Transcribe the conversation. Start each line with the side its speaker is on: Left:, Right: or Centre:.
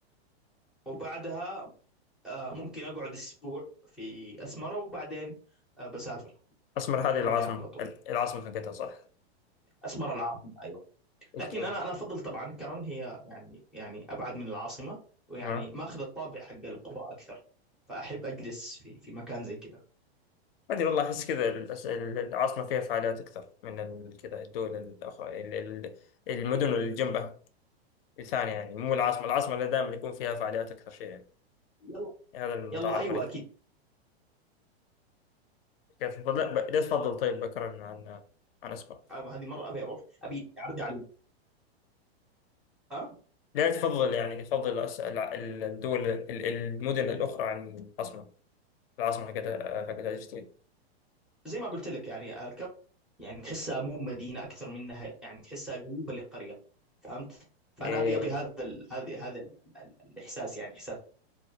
Centre: وبعدها آه، ممكن اقعد اسبوع في اسمره وبعدين آه، بسافر
Left: أسمر هذه
Centre: برجع
Left: العاصمة
Centre: على طول
Left: العاصمة حقتها صح
Centre: اسمره العاصمه أيوة.
Left: أوكي
Centre: لكن انا انا افضل طبعا كرن هي يعني يعني ابعد من العاصمه ويعني
Left: أها
Centre: ماخذ الطابع حق القرى اكثر فاحب اجلس في في مكان زي كذا
Left: ما أدري والله أحس كذا الأس- العاصمة فيها فعاليات أكثر من ال- كذا الدول الأخرى ال- ال- المدن اللي جنبها الثانية يعني مو العاصمة العاصمة اللي دائما يكون فيها فعاليات أكثر شيء يعني
Centre: يلا
Left: هذا المتعارف
Centre: يلا ايوه
Left: عليه
Centre: اكيد
Left: كيف لا، ب- ليش تفضل طيب بكرا عن عن أسبق
Centre: أم- هذه مره ابي اروح ابي اعرض علي ها
Left: لا تفضل يعني يفضل أس- الع- الدول ال- المدن الأخرى عن العاصمة العاصمة هكذا هكذا أجتين
Centre: زي ما قلت لك يعني الكرم يعني تحسها مو مدينه اكثر منها يعني تحسها قريبه للقريه فهمت فانا
Left: إيه
Centre: ابي ابي هذا ال... هذا هذا ال... ال- الاحساس يعني احساس